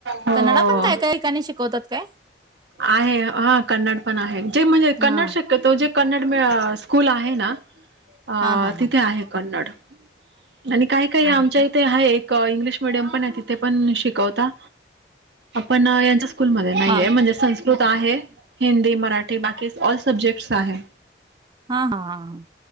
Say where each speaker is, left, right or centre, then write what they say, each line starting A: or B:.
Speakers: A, on the right; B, on the right.
A: हो.
B: कन्नडा पण काय काय ठिकाणी शिकवतात काय?
A: आहे हा कन्नड पण आहे जे म्हणजे कन्नड
B: हां.
A: शक्यतो जे कन्नड <unintelligible> स्कूल आहे ना अ
B: हा हा
A: तिथे
B: हा
A: आहे कन्नड. आणि काय काय आमच्या इ् थे आहे एक इंग्लिश मिडियम पण आहे तिथे पण शिकवता आपण यांच्या्- स्कूलमध्ये नाहीेय
B: हा
A: म्हणजे संस्- स्कृत आहे. हिंदी, मराठी, बाकी ऑल सब्जेक्ट्स आहे.
B: हा ह